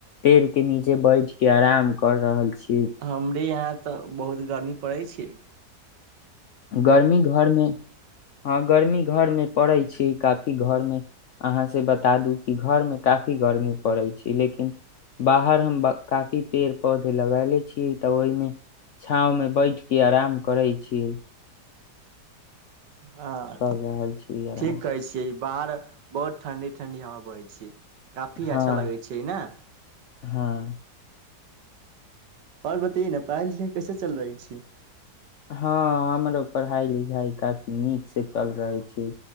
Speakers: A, on the left (about 70°); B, on the right (about 80°).
A: पेड़ के नीचे बैठ गेल के आराम कर रहल छी
B: हमरे यहाँ तऽ बहुत गर्मी पड़ै छिये
A: गर्मी घरमे हँ गर्मी घरमे पड़ै छी काफी घर मे अहाँ से बता दू की घर मे काफी गर्मी पड़ै लेकिन बाहर हम काफी पेड़ पौधे लगेले छीियै तऽ ओहिमे छाव में बैठ के आराम करे छियै
B: हँ
A: कर रहल छी आराम
B: ठीक कहै छियै बाहर बहुत ठंडी ठंडी हवा बहै छै काफी
A: हँ
B: अच्छा लगै छै ने
A: हँ
B: आओर बतैयए ने पढ़ाइ लिखाइ कैसे चल रहै छी
A: हँ हमरो पढ़ाइ लिखाइ काफी नीक से चल रहले छी